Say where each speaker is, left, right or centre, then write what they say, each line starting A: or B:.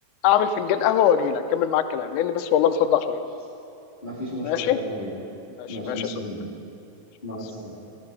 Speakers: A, on the left; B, on the left.
A: اعمل فنجان قهوه واجي لك اكمل معاك الكلام لان بس والله مصدع شويه
B: خلاص ما فيش مشكلة
A: ماشي
B: يلا بينا
A: ماشي
B: ماشي
A: ماشي
B: مستنيك
A: يا صديقي
B: مع
A: مع السلامة.
B: السلامة